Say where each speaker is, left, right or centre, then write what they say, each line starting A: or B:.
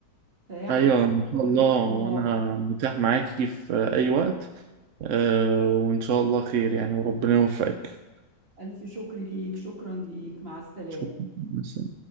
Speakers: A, on the right; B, on the right.
A: فيعني
B: ايوه ان شاء
A: شكر
B: الله
A: ليك والله
B: وانا متاح معاكي في اي وقت آه وان شاء الله خير يعني وربنا يوفقك
A: الف شكر ليك شكرا ليك مع السلامه
B: شكراً.